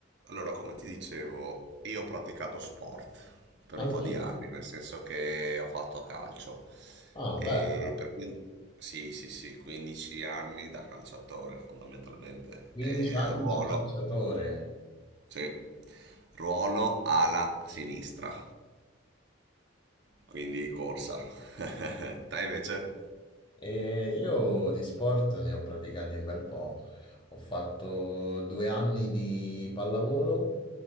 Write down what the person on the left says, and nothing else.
Anche...
Ah,
beh,
15
anni
da calciatore.
E io di sport ne ho praticati un bel po'. Ho fatto due anni di pallavolo,